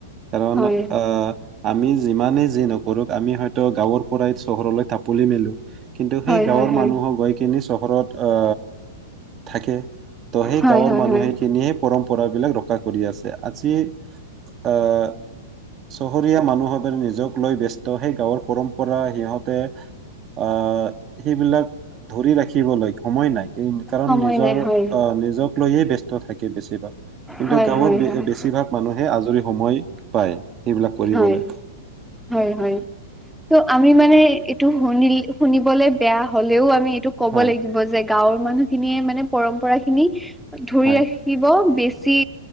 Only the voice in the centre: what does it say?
হয়
হয়
হয় হয়
হয়
হয়
হয়
সময়
নাই হয়
হয়
হয়
হয়
হয় হয় হয়। ত আমি মানে এইটো শুনি শুনিবলে বেয়া হলেওঁ আমি এইটো ক'ব
লাগিব যে গাঁওৰ মানুহখিনিয়ে মানে পৰম্পৰাখিনি ধৰি
ৰাখি খিব বেছি